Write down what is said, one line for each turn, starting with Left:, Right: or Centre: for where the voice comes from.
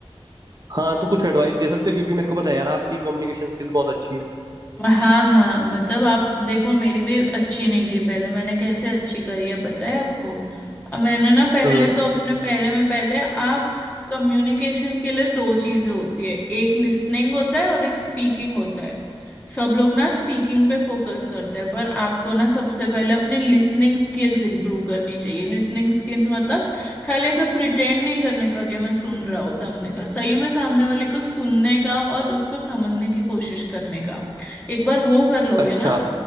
Right: हाँ तो कुछ एडवाइस दे सकते हो क्योंकि मेरे को पता है यार आपकी कम्युनिकेशन स्किल्स बहुत अच्छी है
Left: हाँ हाँ मतलब आप देखो मेरी भी अच्छी नहीं थी पहले मैंने कैसे अच्छी करी है पता है आपको अब मैंने ना पहले
Right: हम्म
Left: तो अपने पहले में पहले आप कम्युनिकेशन के लिए दो चीजें होती है एक लिसनिंग होता है और एक स्पीकिंग होता है सब लोग ना स्पीकिंग पे फोकस करते हैं पर आपको ना सबसे पहले अपने लिसनिंग स्किल्स इंप्रूव करनी चाहिए लिसनिंग स्किल्स मतलब खाली ऐसा प्रिटेंड नहीं करने का कि मैं सुन रहा हूँ सामने का सही में सामने वाले को सुनने का और उसको समझने की कोशिश करने का एक बार वो कर लोगे
Right: अच्छा
Left: ना